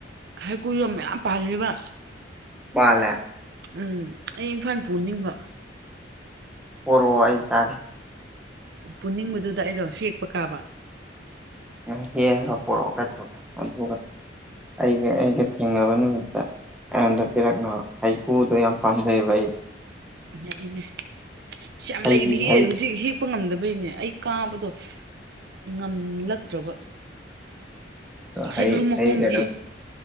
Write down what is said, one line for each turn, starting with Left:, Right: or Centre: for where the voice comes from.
Right: ꯍꯩꯀꯨꯖ ꯃꯌꯥꯝ ꯄꯥꯂꯦꯕ
Centre: ꯄꯥꯜꯂꯦ
Right: ꯎꯝ ꯑꯩ ꯏꯝꯐꯥꯟ ꯄꯨꯅꯤꯡꯕ
Centre: ꯄꯔꯑꯣ ꯑꯩ ꯆꯥꯒꯦ
Right: ꯄꯨꯅꯤꯡꯕꯗꯨꯗ ꯑꯩꯗꯣ ꯍꯦꯛꯄ ꯀꯥꯕ
Centre: ꯅꯪ ꯍꯦꯛꯑꯒ ꯄꯣꯔꯛꯑꯣ ꯀꯩꯗꯧꯔꯒꯦ ꯑꯗꯨꯒ ꯑꯩꯒ ꯑꯩꯒ ꯊꯦꯡꯅꯕ ꯅꯨꯃꯤꯠꯇ ꯑꯩꯉꯣꯟꯗ ꯄꯤꯔꯛꯅꯕ ꯍꯩꯀꯨꯗꯣ ꯌꯥꯝ ꯄꯥꯝꯖꯩꯑꯦꯕ ꯑꯩ
Right: ꯌꯥꯏꯅꯦ ꯑꯁ ꯌꯥꯝ
Centre: ꯍꯩꯒꯤ
Right: ꯂꯩꯔꯤꯌꯦ
Centre: ꯍꯩ
Right: ꯍꯧꯖꯤꯛ ꯍꯤꯞ ꯄ ꯉꯝꯗꯕꯩꯅꯦ ꯑꯩ ꯀꯥꯕꯗꯣ ꯉꯝꯂꯛꯇ꯭ꯔꯕ ꯍꯩꯒ꯭ꯔꯨ
Centre: ꯍꯩ
Right: ꯃꯈꯣꯡꯒꯤ
Centre: ꯍꯩ ꯀꯩꯅꯣ